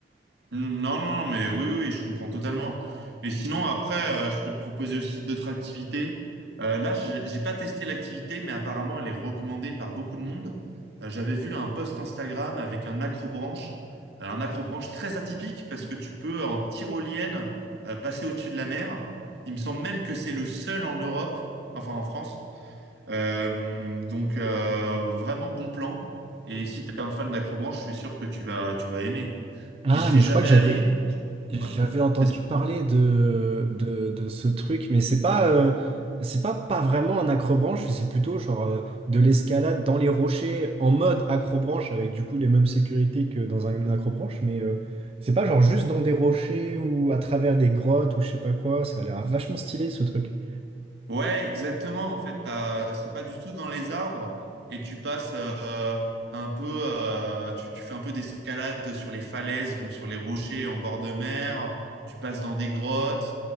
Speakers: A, on the right (about 75°); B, on the right (about 35°).
A: Mm, Non, non, non, mais oui, oui, oui, je comprends totalement. Et sinon, après, euh, je peux te proposer aussi d'autres activités. Euh, là, j'ai j'ai pas testé l'activité, mais apparemment, elle est recommandée par beaucoup de monde. Euh, j'avais vu un post Instagram avec un accrobranche, alors un accrobranche très atypique parce que tu peux en tyrolienne euh, passer au-dessus de la mer. Il me semble même que c'est le seul en Europe, enfin en France. Euh, donc, euh, vraiment bon plan. Et si tu es un fan d'accrobranche, je suis sûr que tu vas, tu vas aimer.
B: Ah,
A: J'y suis
B: mais
A: jamais
B: je crois que j'avais,
A: allé,
B: J'avais
A: Ouais.
B: entendu
A: Faci-
B: parler de, de, de ce truc, mais c'est pas, euh, c'est pas, pas vraiment un accrobranche, c'est plutôt genre euh, de l'escalade dans les rochers en mode accrobranche avec du coup les mêmes sécurités que dans un accrobranche, mais euh, c'est pas genre juste dans des rochers ou à travers des grottes ou je sais pas quoi, ça a l'air vachement stylé ce truc.
A: Ouais, exactement. En fait, t'as- c'est pas du tout dans les arbres et tu passes euh, un peu, euh, tu, tu fais un peu d'escalade sur les falaises, donc sur les rochers en bord de mer. Tu passes dans des grottes.